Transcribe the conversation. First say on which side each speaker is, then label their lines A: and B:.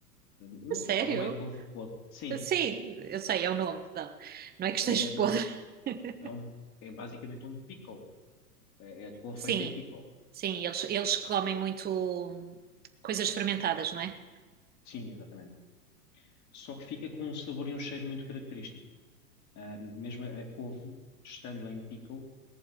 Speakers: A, on the left; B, on the right.
A: não,
B: A Sério?
A: não é couve podre, sim,
B: Sim, eu sei, é o nome que dão. Não é que esteja
A: é,
B: podre. <laughs>
A: é, um, é basicamente um pickle, é, é couve
B: Sim,
A: feita em pickle.
B: sim, eles, eles comem muito hum, coisas fermentadas, não é?
A: Sim, exatamente. só que fica com um sabor e um cheiro muito característico. Ah, mesmo a couve, estando em pickle,